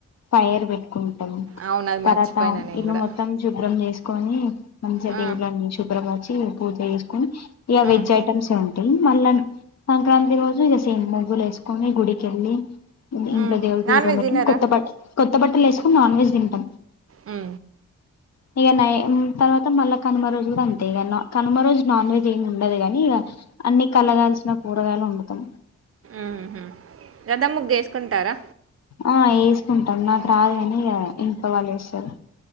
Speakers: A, on the left; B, on the right.
A: ఫైర్ బెట్కు టం
B: అవును అది
A: తర్వాత
B: మర్చిపోయినా నేను
A: ఇల్లు
B: కూడా
A: మొత్తం శుభ్రం చేస్కోని మంచిగ
B: ఆ
A: దేవులన్ని శుభ్రపరిచీ పూజ చేస్కొని ఇగ
B: ఉమ్
A: వెజ్ ఐటమ్సే ఉంటయి మళ్ళను సంక్రాం తి రోజు ఇగ సేమ్ ముగ్గులేస్కొని గుడికెళ్లీ ఇంట్ల
B: ఉమ్
A: దేవుడికి
B: నాన్
A: దీపం
B: వెజ్
A: పెట్టి
B: తినరా
A: కొత్త బట్ కొత్త బట్టలేస్కొన్ నాన్ వెజ్ తింటం.
B: మ్
A: ఇగ నై తర్వాత మళ్ళ కనుమ రోజు గుడా అంతే ఇగ న కనుమ రోజు నాన్ వెజ్ ఏం ఉండదు గనీ ఇగ అన్ని కలగల్సిన కూరగాయల్ వండుతం.
B: ఉహు రథం ముగ్గేస్కుంటారా?
A: ఆ ఏస్కుంటాం నాకు రాదు గనీ ఇగ ఇంట్లో వాల్లేస్తరు.